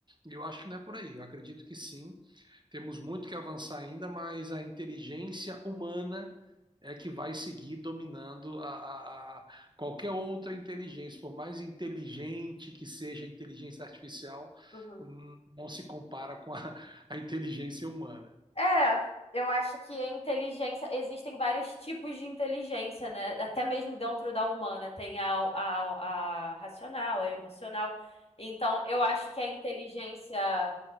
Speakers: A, on the right; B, on the left.
A: E eu acho que não é por aí. Eu acredito que sim. Temos muito que avançar ainda, mas a inteligência humana é que vai seguir dominando a, a, a qualquer outra inteligência, por mais inteligente que seja a inteligência artificial,
B: uhum.
A: não se compara com a, a inteligência humana.
B: É, eu acho que a inteligência, existem vários tipos de inteligência, né? Até mesmo dentro da humana, tem a, a, a racional, a emocional. Então, eu acho que a inteligência